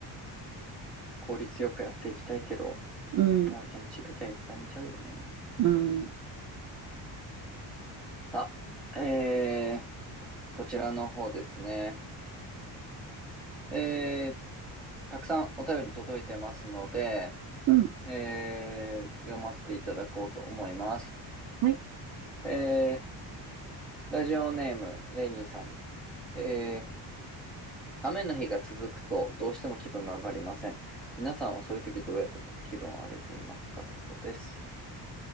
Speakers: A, in the centre; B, on the right (about 45°).
A: 効率よくやっていきたいけど、
B: うん、
A: やっぱ気持ちいい時はいっぱい寝ちゃうよね。
B: うん、
A: さあ、えー、こちらの方ですね。えー、たくさんお便り届いてますので、
B: うん。
A: えー、読ませていただこうと思います。
B: はい。
A: えー、ラジオネーム、レイニーさん。えー、雨の日が続くとどうしても気分が上がりません。皆さんはそういう時どうやってこう気分を上げていますかだそうです。